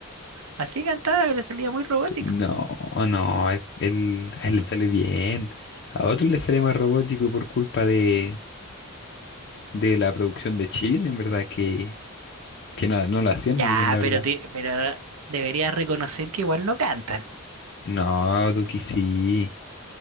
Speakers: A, on the right; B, on the left.
A: Así cantaba, le salía muy robótico.
B: No, no, él, él, a él le sale bien. A otros le sale más robótico por culpa de, de la producción de Chile, en verdad, que, que no, no lo hacían
A: Ya,
B: muy bien, la verdad.
A: pero, te- pero deberías reconocer que igual no cantan.
B: No, Duki sí.